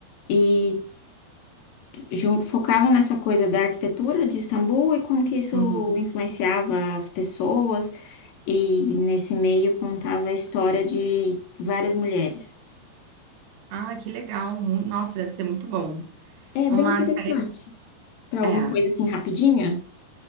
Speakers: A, on the left; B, on the right.
A: e jun- focava nessa coisa da arquitetura de Istambul e como que isso
B: Uhum.
A: influenciava as pessoas, e nesse meio contava a história de várias mulheres.
B: Ah, que legal. Mu- Nossa, deve ser muito bom.
A: É
B: Uma
A: bem interessante.
B: série.
A: Para alguma
B: É.
A: coisa assim rapidinha?